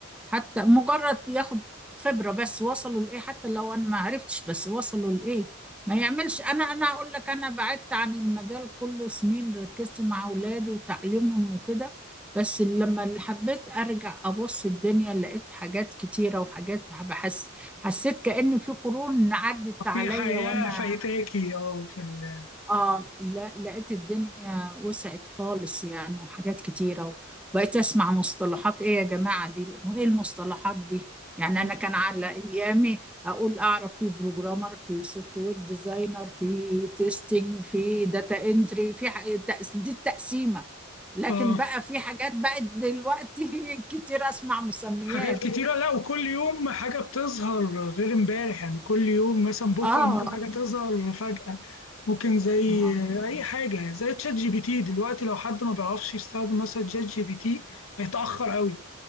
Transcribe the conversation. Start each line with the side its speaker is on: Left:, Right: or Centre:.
Centre: حتى مجرد ياخد خبرة بس وصلوا لإيه حتى لو أنا ما عرفتش بس وصلوا لإيه ما يعملش انا انا اقول لك انا بعدت عن المجال كله سنين ركزت مع اولادي وتعليمهم وكده بس لما اللي حبيت ارجع ابص الدنيا لقيت حاجات كتيرة وحاجات بحس حسيت كأن في قرون عدت عليا
Left: في حياة
Centre: وانا
Left: فايتاكي اه في ال
Centre: اه لا لقيت الدنيا وسعت خالص يعني وحاجات كتيرة وبقيت اسمع مصطلحات ايه يا جماعة دي ايه المصطلحات دي يعني
Left: اه
Centre: انا كان على ايامي اقول اعرف في بروجرامر في سوفت وير ديزاينر في تيستنج في داتا انتري في ح- تقس- دي التقسيمة لكن
Left: آه،
Centre: بقى في حاجات بقت دلوقتي <laughs> كتير اسمع مسميات
Left: حاجات كتيرة لا وكل يوم حاجة بتظهر غير امبارح يعني كل يوم مثلا بكرة
Centre: اه
Left: ممكن حاجة تظهر فجأة ممكن زي
Centre: اه
Left: أي حاجة زي تشات جي بي تي دلوقتي لو حد ما بيعرفش يستخدم مثلا تشات جي بي تي هيتأخر قوي